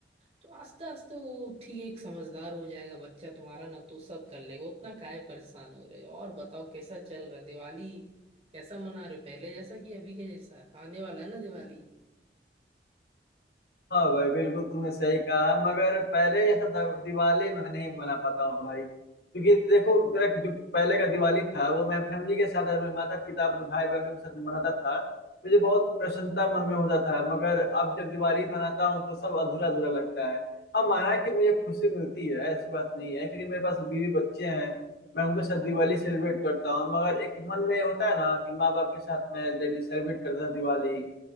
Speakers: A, on the right; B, on the left.
A: तो आस्ते आस्ते वो ठीक है एक समझदार हो जाएगा बच्चा तुम्हारा ना तो सब कर लेगा उतना काहे परेशान हो रहे हो और बताओ कैसा चल रहा है दिवाली कैसा मना रहे हो पहले जैसा कि अभी के जैसा आने वाला है ना दिवाली
B: हाँ भाई बिल्कुल तुमने सही कहा मगर पहले जैसा द- दिवाली मैं नहीं मना पाता हूँ भाई क्योंकि देखो मेरा जो पहले का दिवाली था वो मैं फैमिली के साथ अपने माता पिता अपने भाई बहनों के साथ मनाता था मुझे बहुत प्रसन्नता मन में होता था मगर अब जब दिवाली मनाता हूँ तो सब अधूरा अधूरा लगता है हाँ माना कि मुझे खुशी मिलती है ऐसी बात नहीं है क्योंकि मेरे पास बीवी बच्चे हैं मैं उनके साथ दिवाली सेलिब्रेट करता हूँ मगर एक मन में होता है ना कि माँ बाप के साथ मैं सेलिब्रेट करता था दिवाली